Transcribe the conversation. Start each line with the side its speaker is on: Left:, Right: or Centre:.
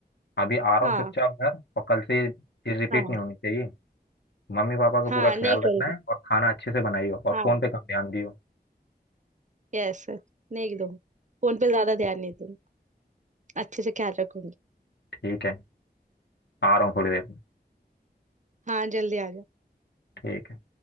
Left: अभी आ रहा
Right: हाँ
Left: हूँ चुपचाप घर और कल से ये चीज रिपीट
Right: हाँ
Left: नहीं होनी चाहिए मम्मी पापा का
Right: हाँ
Left: पूरा ख्याल
Right: नहीं करूंगी
Left: रखना है और खाना अच्छे से बनाइयो और
Right: हाँ
Left: फोन पे कम ध्यान दियो
Right: यस नहीं दूंगी फोन पे ज्यादा ध्यान नहीं दूंगी अच्छे से ख्याल रखूंगी
Left: ठीक है आ रहा हूँ थोड़ी देर में
Right: हाँ जल्दी आ जाओ
Left: ठीक है।